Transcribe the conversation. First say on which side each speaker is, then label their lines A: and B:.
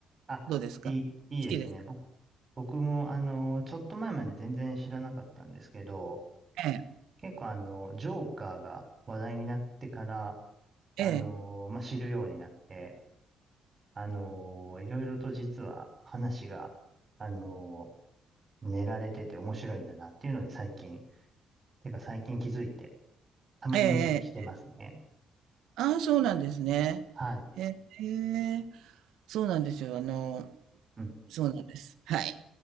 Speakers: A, on the right; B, on the right.
A: あ、
B: どうですか好きですか
A: いい、いいですね。ぼ、僕もあの、ちょっと前まで全然知らなかったんですけど、
B: ええ、
A: 結構あの、ジョーカーが話題になってから、あの、
B: ええ、
A: まあ、知るようになって、あのーいろいろと実は話が、あのー練られてて面白いんだなっていうのに最近、てか最近気づいて、たまに見たりしてますね。
B: ええ、ええ。ああ、そうなんですね。
A: はい。
B: ええ、そうなんですよ。あの、
A: うん
B: そうなんです。はい。